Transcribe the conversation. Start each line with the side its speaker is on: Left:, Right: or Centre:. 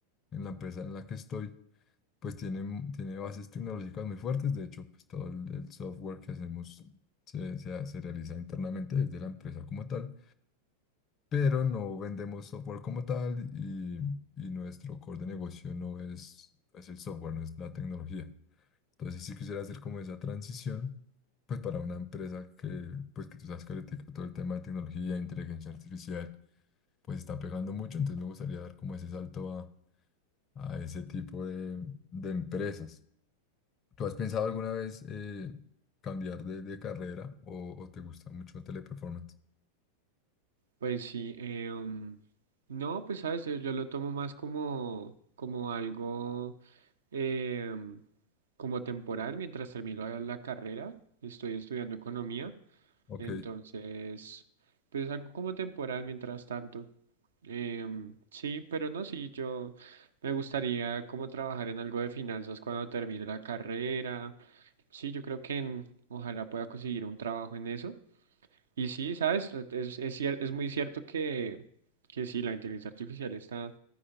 Left: en la empresa en la que estoy, pues tiene, tiene bases tecnológicas muy fuertes. De hecho, pues todo el, el software que hacemos se, se, ha- se realiza internamente desde la empresa como tal, pero no vendemos software como tal y, y nuestro core de negocio no es, no es el software, no es la tecnología. Entonces, si quisiera hacer como esa transición, pues para una empresa que, pues que tú sabes que ahorita todo el tema de tecnología, inteligencia artificial, pues está pegando mucho, entonces me gustaría dar como ese salto a, a ese tipo de, de empresas. ¿Tú has pensado alguna vez eh, cambiar de, de carrera o, o te gusta mucho Teleperformance?
Right: Pues sí, eh, um, no, pues sabes, yo, yo lo tomo más como, como algo eh, como temporal mientras termino la, la carrera. Estoy estudiando economía,
Left: Ok,
Right: entonces, pues algo como temporal mientras tanto. Em, sí, pero no, sí, yo me gustaría como trabajar en algo de finanzas cuando termine la carrera. Sí, yo creo que en- ojalá pueda conseguir un trabajo en eso. Y sí, ¿sabes? Eh, Es, es, cier- es muy cierto que, que sí, la inteligencia artificial está